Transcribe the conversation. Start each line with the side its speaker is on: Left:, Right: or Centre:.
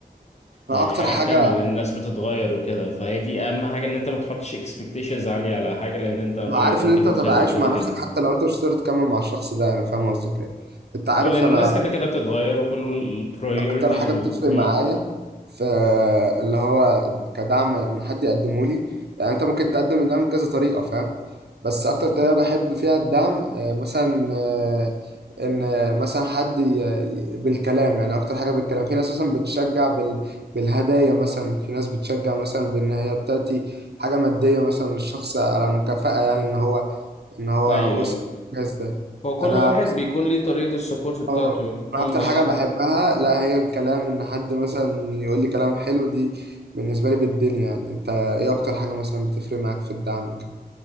Right: انا
Left: آه،
Right: اكتر
Left: حاجه
Right: حاجة
Left: هتكمل لان الناس بتتغير وكده فهي دي اهم حاجه ان انت ما تحطش اكسبكتيشنز عاليه على حاجه لان انت ايه
Right: عارف
Left: ممكن
Right: ان انت
Left: تتخاذل
Right: تتعايش
Left: كده
Right: مع
Left: كده
Right: نفسك حتى لو انت مش قادر تكمل مع الشخص ده انا فاهم قصدك ايه انت عارف
Left: اه لان الناس
Right: انا
Left: كده كده بتتغير وكل البريوريتيز
Right: اكتر حاجه
Left: وال
Right: بتفرق
Left: priorities وال-
Right: معايا
Left: هم.
Right: في اللي هو كدعم ان حد يقدمه لي يعني انت ممكن تقدم الدعم بكذا طريقه فاهم بس اكتر طريقه بحب فيها الدعم آه، مثلا آه، ان آه، مثلا حد ي- ي- بالكلام يعني اكتر حاجه بالكلام في ناس مثلا بتشجع بال بالهدايا مثلا في ناس بتشجع مثلا بان هي بتاتي حاجه ماديه مثلا للشخص على مكافاه يعني ان هو ان هو
Left: ايوه يعني
Right: وصل الإنجاز ده
Left: هو كل
Right: انا
Left: واحد بيكون ليه طريقة السبورت بتاعته
Right: اه انا
Left: هم،
Right: اكتر
Left: يعني
Right: حاجه بحبها لا هي الكلام ان حد مثلا يقول لي كلام حلو دي بالنسبه لي بالدنيا يعني انت ايه اكتر حاجه مثلا بتفرق معاك في الدعم وكده